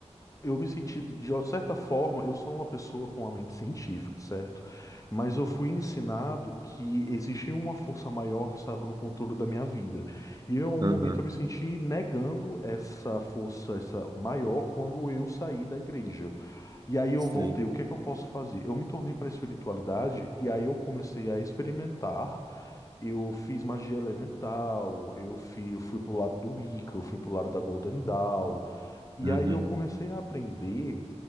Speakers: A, on the left (about 25°); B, on the right (about 35°).
A: eu me senti, de uma certa forma, eu sou uma pessoa com a mente científica, certo? Mas eu fui ensinado que existia uma força maior que estava no controle da minha vida. E eu, em um
B: aham,
A: momento eu me senti negando essa força, essa maior, quando eu saí da igreja. E aí eu
B: sim.
A: voltei. O que é que eu posso fazer? Eu me tornei para a espiritualidade e aí eu comecei a experimentar. Eu fiz magia elemental, eu fui, eu fui pro lado do Wicca, eu fui pro lado da Golden Dawn. E
B: Uhum,
A: aí eu comecei a aprender